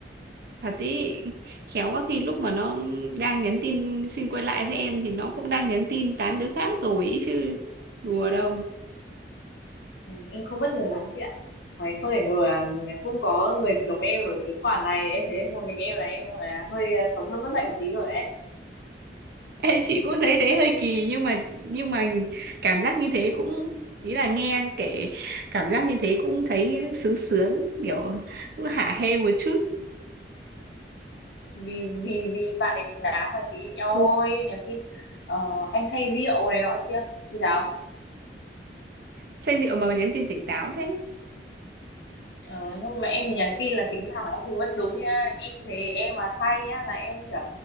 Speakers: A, on the right (about 55°); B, on the left (about 75°).
A: <laughs> Thật ý, khéo có khi lúc mà nó đang nhắn tin xin quay lại với em thì nó cũng đang nhắn tin tán đứa khác rồi ý chứ đùa đâu.
B: Này, em không bất ngờ lắm chị ạ Mày không thể ngờ là cũng có người giống em ở cái khoản này em thấy một mình em là em gọi là hơi à, sống hơi mất dạy một tí rồi đấy
A: Ê, chị cũng thấy thế hơi kỳ nhưng mà nhưng mà cảm giác như thế cũng ý là nghe kể cảm giác như thế cũng thấy sướng sướng kiểu cũng hả hê một chút
B: vì vì vì bạn ấy xứng đáng mà chị Eo
A: Ừ.
B: ơi em nhắn tin ờ, anh say rượu này nọ kia thì thảo
A: say rượu mà còn nhắn tin tỉnh táo thế
B: Ờ, không mà em thì nhắn tin là chính tả thì vẫn đúng nha em thấy em mà say nhá là em kiểu